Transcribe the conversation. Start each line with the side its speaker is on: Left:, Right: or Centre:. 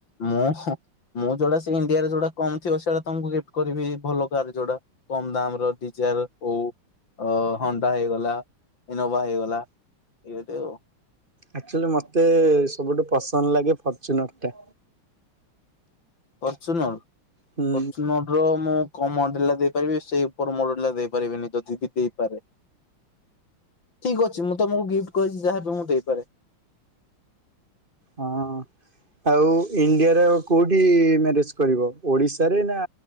Left: ମୁଁ ମୁଁ ଯୋଉଟା ସେ ଇଣ୍ଡିଆରେ ଯୋଉଟା କମ ଥିବ ସେଇଟା ତମକୁ ଗିଫ୍ଟ କରିବି ଭଲ ଯୋଉଟା କମ ଦାମ ର ଡିଜର ହଉ <unintelligible> ଅ ହୋଣ୍ଡା ହେଇଗଲା, ଇନୋଭା ହେଇଗଲା ଏମିତି ଆଉ
Right: ଆକଚୁଆଲି ମତେ ସବୁଠୁ ପସନ୍ଦ ଲାଗେ ଫର୍ଚୁନର ଟା।
Left: ଫରଚୁନର୍
Right: ହୁଁ
Left: ଫରଚୂନର୍ ର ମୁଁ କମ୍ ମଡେଲା ଦେଇପାରିବି ସେଇ ଉପର ମଡେଲା ଦେଇପାରିବିନି ଯଦି ବି ଦେଇପାରେ। ଠିକ୍ ଅଛି ମୁଁ ତମକୁ ଗିଫ୍ଟ କହିଛି ଯାହାବି ମୁଁ ଦେଇପାରେ।
Right: ହଁ ଆଉ ଇଣ୍ଡିଆର କୋଉଠି ମ୍ୟାରେଜ କରିବ ଓଡିଶା ରେ ନା